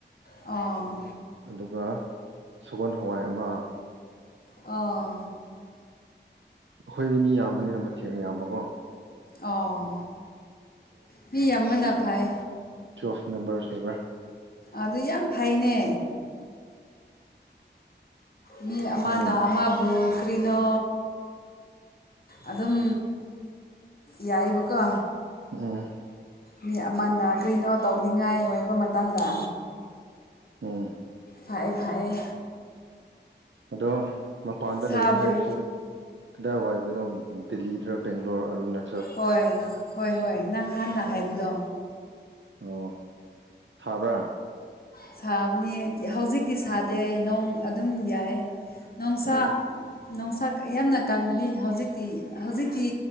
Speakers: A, on the left; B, on the right.
A: ꯑ
B: ꯑꯗꯨꯒ ꯁꯒꯣꯜ ꯍꯋꯥꯏ ꯑꯃ
A: ꯑꯥ
B: ꯑꯩꯈꯣꯏꯗꯤ ꯃꯤ ꯌꯥꯝꯕꯅꯤꯅ ꯃꯊꯦꯡꯅ ꯌꯥꯝꯕꯀꯣ
A: ꯑꯣ ꯃꯤ ꯌꯥꯝ ꯃꯄꯥꯏ
B: ꯇꯨꯋꯦꯜꯞ ꯃꯦꯝꯝꯕꯔꯁ ꯍꯥꯏ꯭ꯔꯥ
A: ꯑꯗꯨ ꯌꯥꯝ ꯐꯩꯅꯦ ꯃꯤ ꯑꯃꯅ
B: ꯎꯝ
A: ꯑꯃꯕꯨ ꯀ꯭ꯔꯤꯅꯣ ꯑꯗꯨꯝ ꯌꯥꯏꯕ ꯀ
B: ꯎꯝ
A: ꯃꯤ ꯑꯃꯅ ꯀꯔꯤꯅꯣ ꯇꯧꯅꯤꯡꯉꯥꯏ ꯑꯣꯏꯕ ꯃꯇꯝꯗ
B: ꯎꯝ
A: ꯐꯩ ꯐꯩ
B: ꯑꯗꯣ ꯃꯄꯥꯟꯗ
A: ꯁꯥꯕ꯭ꯔ
B: ꯂꯩꯕ ꯍꯥꯏꯕꯁꯤ ꯀꯗꯥꯏ ꯋꯥꯏꯗꯅꯣ ꯗꯗꯤꯍꯤꯔ ꯦꯡꯒꯂꯣꯔꯅꯥ
A: ꯍꯣꯏ ꯍꯣꯏ ꯍꯣꯏ ꯅꯪ ꯍꯥꯟꯅ ꯍꯥꯏꯕꯗꯣ
B: ꯑꯣ ꯁꯥꯕ꯭ꯔꯥ
A: ꯁꯥꯕꯅꯤ ꯍꯧꯖꯤꯛꯇꯤ ꯁꯥꯗꯦ ꯅꯣꯡ ꯑꯗꯨꯝ ꯌꯥꯏ ꯅꯣꯡꯁꯥ
B: ꯑꯣ
A: ꯅꯨꯡꯁꯥ ꯌꯥꯝꯅ ꯀꯥꯟꯕꯅꯤ ꯍꯧꯖꯤꯛꯇꯤ ꯍꯧꯖꯤꯛꯇꯤ